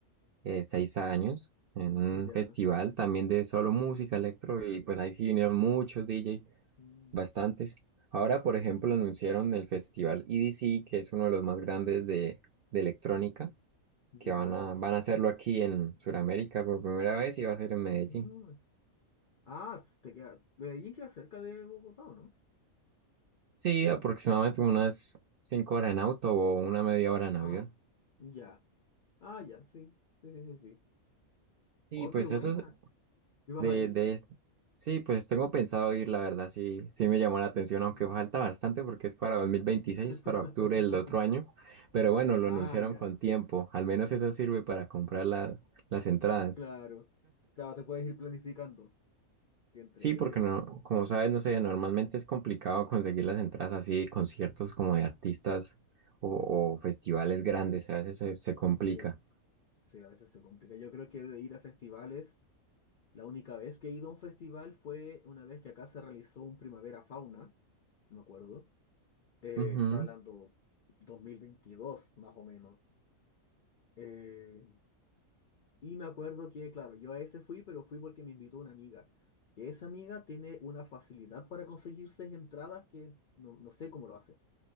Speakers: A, on the right (about 60°); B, on the left (about 65°).
A: eh, seis años, en un
B: ya.
A: festival también de solo música electro y pues ahí sí vinieron muchos DJ,
B: Mm,
A: bastantes. Ahora, por ejemplo, anunciaron el festival EDC, que es uno de los más grandes de, de electrónica,
B: ya.
A: que van a, van a hacerlo aquí en Sudamérica por primera vez y va a ser en Medellín.
B: Ah, Ah, te queda. Medellín queda cerca de Bogotá, ¿o no?
A: Sí, aproximadamente unas cinco horas en auto o una media hora en
B: Ah,
A: avión.
B: ya. Ah, ya, sí. Sí, sí, sí, sí.
A: Y
B: Oh,
A: pues
B: qué buena.
A: eso,
B: ¿Y vas
A: De,
B: a ir?
A: de, sí, pues tengo pensado ir, la verdad, sí, sí me llamó la atención, aunque
B: Mm.
A: falta bastante porque es para 2026,
B: <laughs>
A: para octubre del otro año, pero bueno, lo
B: Ah,
A: anunciaron
B: ya.
A: con tiempo, al menos eso sirve para comprar la- las entradas.
B: Claro. Claro, te puedes ir planificando. Qué entrete.
A: Sí, porque no, como sabes, no sé, normalmente es complicado conseguir las entradas así, de conciertos como de artistas o, o festivales grandes, a veces se, se complica.
B: Sí, sí, a veces se complica. Yo creo que de ir a festivales, la única vez que he ido a un festival fue una vez que acá se realizó un Primavera Fauna, no me acuerdo. Eh,
A: Ujú.
B: estaba hablando 2022, más o menos. Eh, Y me acuerdo que, claro, yo a ese fui, pero fui porque me invitó una amiga. Que esa amiga tiene una facilidad para conseguirse entradas que no, no sé cómo lo hace.